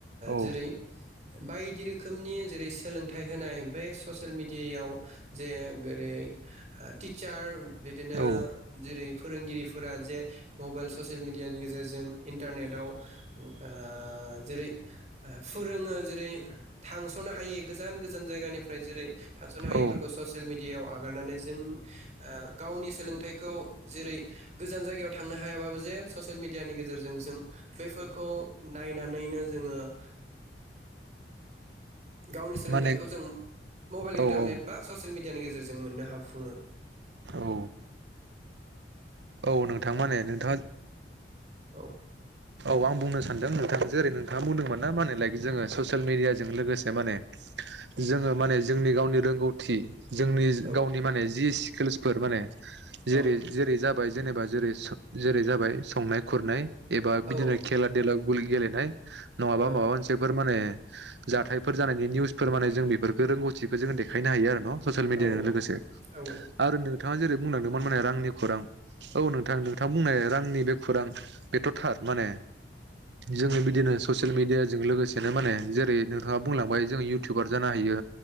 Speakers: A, on the right (about 80°); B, on the right (about 40°).
A: औ
B: जेरै बायदि रोखोमनि जेरै सोलोंथाइ होनाय बे ससियेल मिडियायाव जे जेरै टिचार बिदिनो
A: औ
B: जेरै फोरोंगिरिफोरा जे मबाइल ससियेल मिडियानि गेजेरजों इन्टारनेटाव ओ जेरै फोरोङो जेरै थांस'नो हायि गोजान गोजान जायगानिफ्राय जेरै थांस'नो हायिफोरखौ
A: औ
B: ससियेल मिडियाायाव आगारनानै जों ओ गावनि सोलोंथाइखौ जेरै गोजान जायगायाव थांनो हायाबाबो जे ससियेल मेडियानि गेजेरजों जों बैफोरखौ नायनानैनो जोङो ओ <inaudible> गावनि सोलोंथाइखौ
A: माने
B: जों मबाइल इन्टारनेट
A: औ औ
B: बा ससियेल मिडियानि गेजेरजों जों मोननो हाफुङो।
A: औ। औ नोंथां माने नोंथाङा
B: औ
A: औ आं बुंनो सानो सानदों नोंथाङा जेरै नोंथाङा बुंदोंमोन ना माने लाइक जोङो ससियेल मिडियाजों लोगोसे माने जोङो माने जोंनि गावनि रोंगौथि। जोंनि
B: औ
A: गावनि माने जि स्किल्सफोर माने। जेरै
B: औ
A: जेरै जा जाबाय जेनेबा जेरै जेरै जाबाय संनाय खुरनाय। एबा
B: औ
A: बिदिनो खेला देला। गुल गेलेनाय। नङाबा
B: औ
A: माबा मोनसेफोर माने जाथायफोर जानायनि निउसफोर माने जों बेफोरफोरखौ रोंगौथिखौ जोङो देखायनो हायो आरो न ससिल मिडियाजों
B: औ
A: लोगोसे
B: औ
A: आरो नोंथाङा जेरै बुंलांदोंमोन माने रांनि खौरां। औ नोंथां नोंथां बुंनाय रांनि बे खौरां बेथ' थार माने जोंङो बि बिदिनो ससियेल मिडियाजों लोगोसे बेनो माने जेरै नोंथाङा बुंलांबाय जों इउटुबार जानो हायो